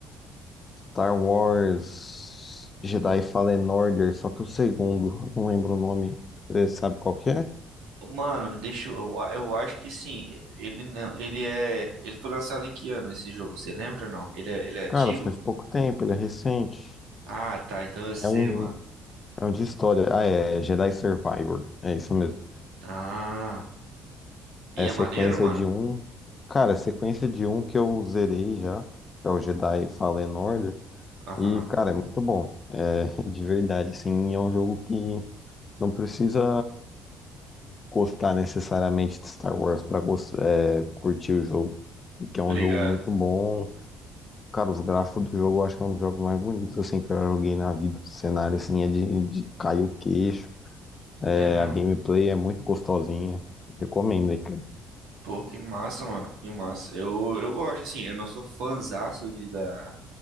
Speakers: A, on the left; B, on the right.
A: Star Wars Jedi Fallen Order, só que o segundo, eu não lembro o nome. Você sabe qual que é?
B: Mano, deixa eu, eu acho que sim. Ele não, ele é, ele foi lançado em que ano esse jogo? Você lembra ou não? Ele é, ele é antigo?
A: Cara, faz pouco tempo, ele é recente.
B: Ah, tá, então eu sei,
A: É um,
B: mano.
A: é um de história. Ah, é é Jedi Survivor. É isso mesmo.
B: Ah, e
A: É
B: é
A: sequência
B: maneiro, mano?
A: de um. Cara, é sequência de um que eu zerei já, que é o Jedi Fallen Order.
B: Aham,
A: E, cara, é muito bom. É, <laughs> de verdade, assim, é um jogo que não precisa gostar necessariamente de Star Wars para curtir o jogo, porque é
B: tô
A: um
B: ligado.
A: jogo muito bom. Cara, os gráficos do jogo eu acho que é um dos jogos mais bonitos assim que eu já joguei na vida. O cenário assim é de, de cair o queixo. É,
B: É mesmo?
A: a gameplay é muito gostosinha. Recomendo aí, cara.
B: Pô, que massa, mano. Que massa. Eu, eu gosto, assim, eu não sou fãzaço de, da,